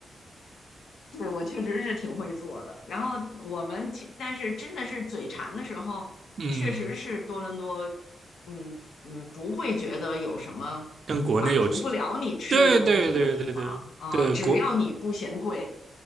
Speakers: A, on the left; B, on the right.
A: 对，我确实是挺会做的。然后我们其，但是真的是嘴馋的时候，
B: <laughs> 嗯，
A: 确实是多伦多，嗯嗯，不会觉得有什么
B: 跟国内有
A: 满足不了你吃的东西的地方啊，
B: 对对对对对对，
A: 只要你不嫌贵，
B: 国